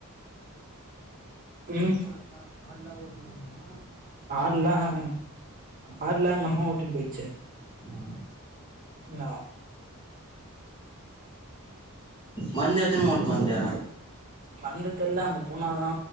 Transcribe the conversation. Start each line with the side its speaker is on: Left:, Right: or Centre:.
Right: ம்
Left: ஆடலாம் ஆடலாம் ஓட்ட பண்ணுமா
Right: ஆடெலாம் ஆடெலாம் எங்க அம்மா ஓடிட்ன்டு போயிடுச்சு
Left: ஆ
Right: நா
Left: மந் எத்தின் மோட் மந்தே
Right: மந்து தெர்ல அங்கு போனாதா